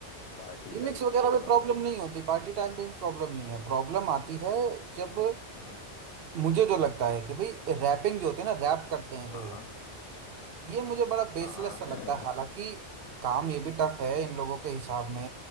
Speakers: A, on the left; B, on the right.
A: पार्टी
B: रिमिक्स
A: टाइप
B: वगैरह
A: में
B: में
A: थोड़ा
B: प्रॉब्लम
A: सा
B: नहीं होती पार्टी टाइम पे भी प्रॉब्लम नहीं है प्रॉब्लम आती है जब
A: हाँ
B: मुझे जो लगता है कि भाई रैपिंग जो होती है ना रैप करते हैं जो
A: हाँ
B: ये ये मुझे बड़ा बेसलेस
A: हाँ
B: सा लगता है हालांकि
A: <laughs>
B: काम ये भी टफ है इन लोगों के हिसाब में